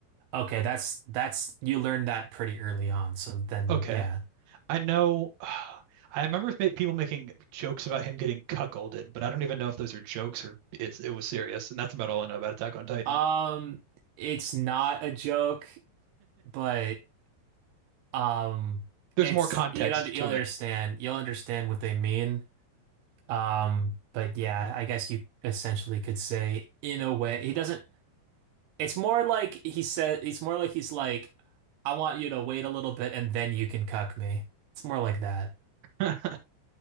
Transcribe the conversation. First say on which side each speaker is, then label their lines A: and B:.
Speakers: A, on the right; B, on the right.
A: Okay, that's that's you learned that pretty early on. So then,
B: Okay,
A: yeah.
B: I know. <sighs> I remember ma- people making jokes about him getting cuckolded, but I don't even know if those are jokes or it's, it was serious. And that's about all I know about Attack on Titan.
A: Um, it's not a joke, but um,
B: there's
A: it's
B: more context
A: you know you'll
B: to
A: understand
B: it.
A: you'll understand what they mean. Um, but yeah, I guess you essentially could say in a way he doesn't. It's more like he said, it's more like he's like, I want you to wait a little bit and then you can cuck me. It's more like that.
B: <laughs> uh,